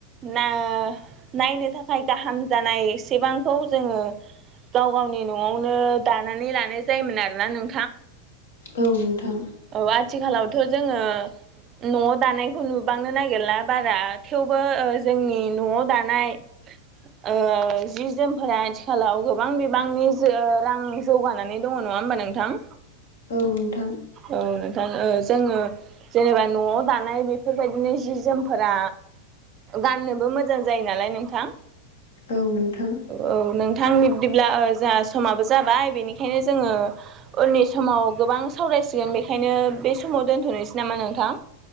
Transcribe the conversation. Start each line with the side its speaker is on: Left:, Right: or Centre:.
Right: ना नायनो थाखाय गाहाम जानाय सेबांखौ जोङो गाव गावनि न'आवनो दानानै लानाय जायोमोन आरोना नो
Left: औ नोंथां।
Right: औ आथिखालावथ' जोङो न'आव दानायखौ नुबांनो नागिरला बारा थेवबो ओ जोंनि न'आव दानाय ओ जि जोम फोरा आथिखालाव गोबां बिबांनि जो रां जौगानानै दङ नङा होमबा नोंथां?
Left: औ नोंथां।
Right: औ नोंथां ओ जोङो जेनेबा न'आव दानाय बे बेफोरबायदिनो जि जोमफोरा गाननोबो मोजां जायो नालाय नोंथां।
Left: औ नोंथां।
Right: औ नोंथां बिब्दिब्ला ओ जोंहा समाबो जाबाय बेनिखायनो जोङो उननि समाव गोबां सावरायसिगोन बेखायनो बे समाव दोन्थ'नोसै नामा नोंथां?